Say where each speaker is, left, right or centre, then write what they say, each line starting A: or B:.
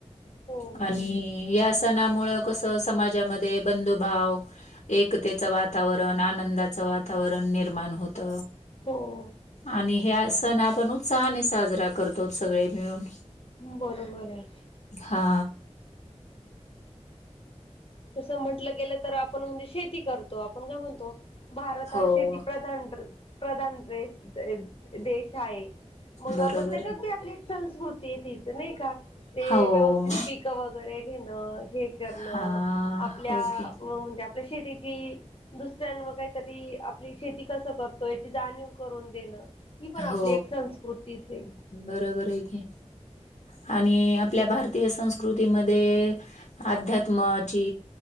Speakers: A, on the left (about 50°); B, on the left (about 70°).
A: हो
B: आणि या सणामुळ कसं समाजामध्ये बंधुभाव एकतेचं वातावरण आनंदाचं वातावरण निर्माण होत.
A: हो.
B: आणि ह्या सण आपण उत्साहाने साजरा करतोघ सगळे मिळून
A: बरोबर आहे
B: हा
A: तसं म्हंटलं गेलं तर आपण म्हणजे शेती करतो आपण काय म्हणतो. भारत
B: हो
A: हा शेतीप्रधान प्रधान देश देश आहे. मग
B: बरोबर
A: आपण त्याच्यात
B: आहे.
A: बी आपली संस्कृती आहे तिचं नाही का? ते
B: हो.
A: व्यवस्थित पिक वगैरे घेणं हे करणं
B: हां.
A: आपल्या
B: हो की.
A: म्हणजे उद्या आपल्या शेतीची दुसऱ्यांवर काहीतरी, आपली शेती कसं करतो याची जाणीव करून देणं. ही पण आपली
B: हो.
A: एक संस्कृतीच आहे.
B: बरोबर आहे कि, आणि आपल्या भारतीय संस्कृतीमध्ये अध्यात्माची